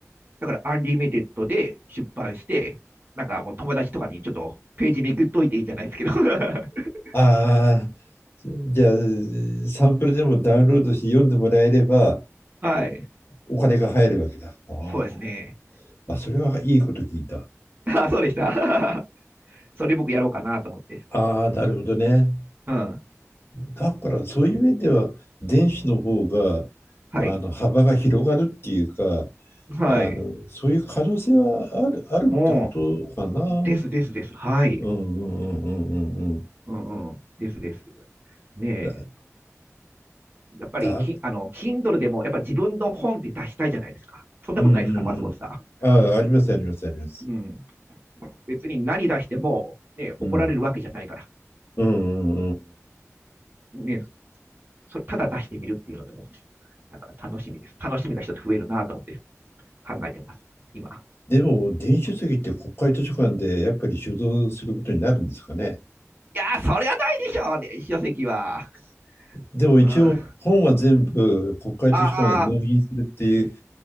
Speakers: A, on the right; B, on the left.
A: だから、アンリミテッドで出版して、なんかもう友達とかにちょっとページめくっといていいじゃないですけど。<laughs>
B: ああー、じゃあ、サンプルでもダウンロードして読んでもらえれば、
A: はい。
B: お金が入るわけだ。あー
A: そうですね。
B: あ、それはいいこと聞いた。
A: あ、そうでした。<laughs> それ僕やろうかなと思って。
B: ああ、なるほどね。
A: うん。
B: だからそういう面では電子の方が
A: はい。
B: あの幅が広がるっていうか
A: はい。
B: あのそういう可能性はある、あるってことかな。
A: も
B: うん
A: う、ですですです。はい。
B: うんうんうんうんうん。
A: うんうん。ですです。ねえ。
B: だ、
A: やっぱりき、
B: だ、
A: あの、Kindle でも、やっぱり自分の本って出したいじゃないですか。そんなことないですか、
B: うんうんうん。
A: 松本さ
B: あ、ありますありますあります。
A: ん。うん。別に何出しても、ね、怒られるわけじゃないから。
B: うん。うんうんうん。
A: ね、それただ出してみるっていうのでも、なんか楽しみです。楽しみが一つ増えるなと思って考えてます、今。
B: でも電子書籍って国会図書館でやっぱり収蔵することになるんですかね。
A: いやー、そりゃないでしょうね、書籍は。
B: でも一応本は全部国会図書館に納品するっていう
A: うん。ああ、